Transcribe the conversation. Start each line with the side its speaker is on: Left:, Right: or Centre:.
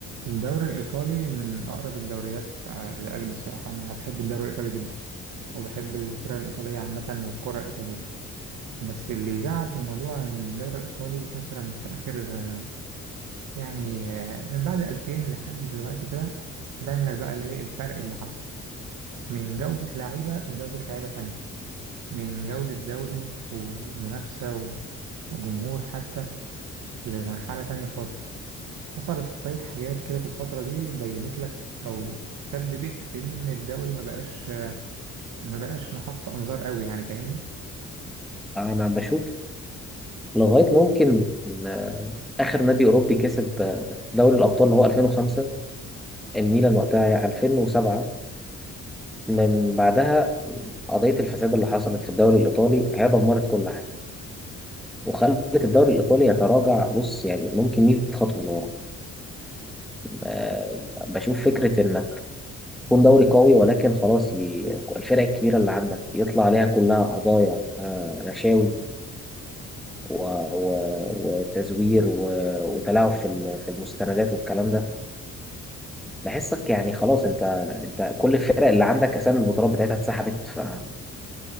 Right: الدوري الإيطالي من أقرب الدوريات ع- لقلبي الصراحة أنا بحب الدوري الإيطالي جدا وبحب الفرق الإيطالية عامة والكرة الإيطالية بس اللي يزعل في الموضوع إن الدوري الإيطالي مثلا في آخر آه، يعني آه، من بعد 2000 لحد دلوقتي كده باين لك بقى الإيه الفرق اللي حصل من جودة لعيبة لجودة لعيبة تانية من جودة دوري ومنافسة و- وجمهور حتى لمرحلة تانية خالص حصل شوية حاجات كده في الفترة دي بينت لك أو سببت إن الدوري ما بقاش ما بقاش محط أنظار قوي يعني فاهمني؟
Centre: انا بشوف لغايه ممكن آه، اخر نادي اوروبي كسب آه، دوري الابطال اللي هو 2005 الميلان وقتها 2007 من بعدها قضيه الفساد اللي حصلت في الدوري الايطالي هي دمرت كل حاجه وخلت الدوري الايطالي يتراجع بص يعني ممكن 100 خطوه لورا آه، بشوف فكره انك تكون دوري قوي ولكن خلاص ي- الفرق الكبيره اللي عندك يطلع عليها كلها قضايا آه، رشاوي و... و... وتزوير و... وتلاعب في ال- في المستندات والكلام ده بحسك يعني خلاص انت انت كل الفرق اللي عندك اسامي البطولات بتاعتها اتسحبت ف...